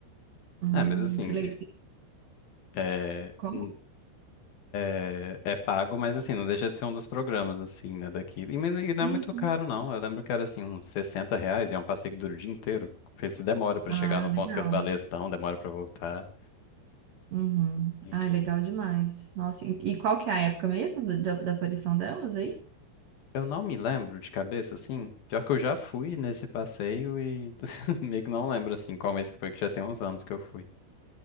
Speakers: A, on the right; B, on the left.
A: Hum,
B: É, mas assim,
A: que legal.
B: <laughs>
A: Como?
B: É é pago, mas assim, não deixa de ser um dos programas, assim, né, daqui. E men- e não
A: Sim,
B: é muito
A: sim.
B: caro, não. Eu lembro que era, assim, uns 60 reais e é um passeio que dura o dia inteiro. Porque se demora pra
A: Ah,
B: chegar no ponto
A: legal.
B: que as baleias estão, demora pra voltar.
A: Uhum.
B: E
A: Ah, legal demais. Nossa, e e qual que é a época mesmo da, da da aparição delas aí?
B: eu não me lembro de cabeça, assim. Pior que eu já fui nesse passeio e <laughs> meio que não lembro, assim, qual mês que foi, que já tem uns anos que eu fui.